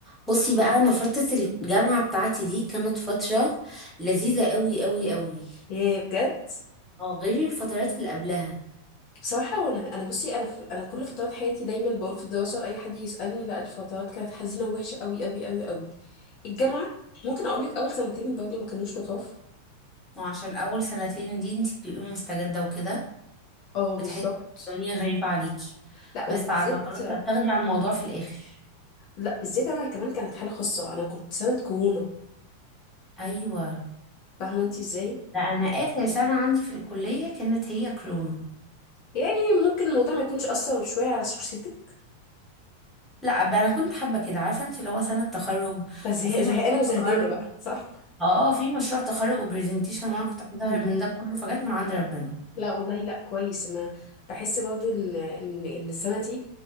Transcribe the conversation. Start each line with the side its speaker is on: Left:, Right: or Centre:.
Centre: بصي بقى انا فترة الجامعة بتاعتي دي كانت فترة لذيذة قوي قوي قوي
Left: ياه بجد
Centre: اه غير الفترات اللي قبلها
Left: بصراحة وانا انا بصي انا في... انا كل فترات حياتي دايما بقول في الدراسة اي حد يسألني لا الفترات كانت حزينة ووحشة قوي قوي قوي قوي الجامعة ممكن اقول لك اول سنتين برضه ما كانوش لطاف
Centre: ما هو عشان اول سنتين دي انت بتبقي مستجدة وكده
Left: اه بالظبط
Centre: بتحسي الدنيا غريبة عليكي
Left: لا
Centre: بس
Left: وبالذات
Centre: على خلاص بقى بتاخدي على الموضوع في الاخر
Left: لا بالذات انا كمان كانت حالة خاصة انا كنت سنة كورونا
Centre: ايوه
Left: فاهمة انت ازاي
Centre: لا انا اخر سنة عندي في الكلية كانت هي كورونا
Left: يعني ممكن الموضوع ما يكونش اثر شوية على شخصيتك
Centre: لا بقى انا كنت حابة كده عارفة انت اللي هو سنة تخرج
Left: فزهقانة
Centre: وفي مشروع
Left: وزهدانة
Centre: تخرج
Left: بقى صح
Centre: اه آه، في مشروع تخرج وبرزنتيشن وانا كنت عايزة
Left: <coughs>
Centre: اهرب من ده كله فجت من عند ربنا
Left: لا والله لا كويس انا بحس برضو ان ان ان السنه دي